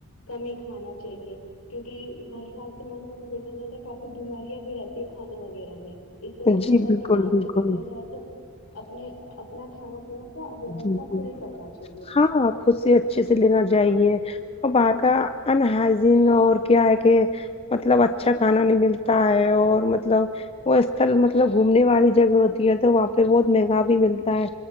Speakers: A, on the left (about 65°); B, on the left (about 25°).
A: کمی ہی کھانا چاہیے کیونکہ برسات کے موسم میں دیکھا جائے تو کافی بیماریاں بھی رہتی ہے کھانے وغیرہ میں اس لیے
B: جی جی
A: سفر
B: بالکل
A: کے ٹائم
B: بالکل
A: سے دیکھا جائے تو اپنے اپنا کھانا پینا کا ووستھا
B: جی جی
A: خل ہی کرنا چاہیے
B: ہاں خود سے اچھے سے لینا چاہیے اور باہر کا انہاظن اور کیا ہے کہ مطلب اچھا کھانا نہیں ملتا ہے اور مطلب وہ استھل مطلب گھومنے والی جگہ ہوتی ہے تو وہاں پہ بہت مہنگا بھی ملتا ہے